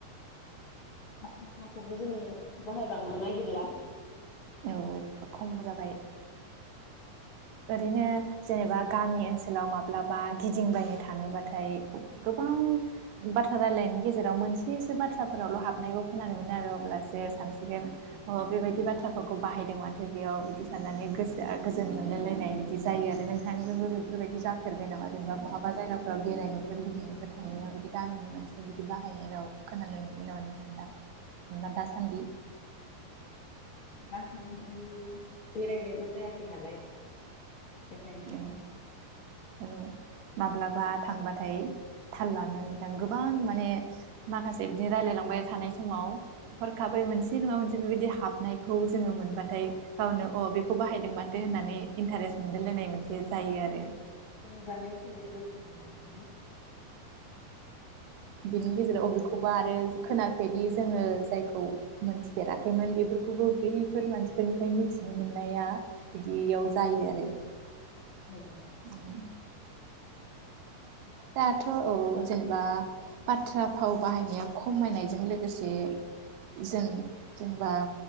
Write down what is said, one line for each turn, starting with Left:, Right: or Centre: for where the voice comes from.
Left: बाथ्रा फावखौबो जोङो बाहायबांनो नागिरला।
Right: औ खम जाबाय ओरैनो जेनेबा गामि ओनसोलाव माब्लाबा गिदिंबायनो थाङोबाथाय गोबां बाथ्रा रायलायनायनि गेजेराव मोनसेसो बाथ्राफोरावल' हाबनायखौ खोनानो मोनो आरो अब्लासो सानसिगोन अ' बेबायदि बाथ्राफोरखौ बाहायदों माथो बेयाव बिदि साननानै गोसोआ गोजोन मोनलाय लाय नाय बिदि जायो आरो नोंथांजोंबो बेफोरबायदि जाफेरबाय नामा जेनेबा बहाबा जायगाफोराव बेरायनोफोर गिदिंनोफोर थांनायाव बिदि गामिनि मानसिफोर बिदि बाहायनाय राव खोनानो मोनबाय नामा नोंथाङा दा जेनेबा दासान्दि?
Left: दासान्दि बेरायनायबो जायाखै नालाय। बेखायनो
Right: औ औ माब्लाबा थांबाथाय थाल लानो नोंथां गोबां माने माखासे बिदिनो रायलायलांबाय थानाय समाव हरखाबै मोनसे नङा मोनसे बेबायदि हाबनायखौ जोङो मोनबाथाय गावनो अ' बेखौ बाहायदों माथो होननानै इन्टारेस्ट मोनलायलायनाय मोनसे जायो आरो।
Left: रंजानाय फैयो। <unintelligible>
Right: बिनि गेजेराव अबेखौबा आरो खोनाफेरि जोङो जायखौ मोनथिफेराखैमोन बेफोरखौबो बैफोर मानसिफोरनिफ्राय मिथिनो मोननाया बिदियाव जायो आरो।
Left: औ।
Right: उम। दाथ' औ जेने बा बाथ्रा फाव बाहायनाया खमायनायजों लोगोसे जों जेनेबा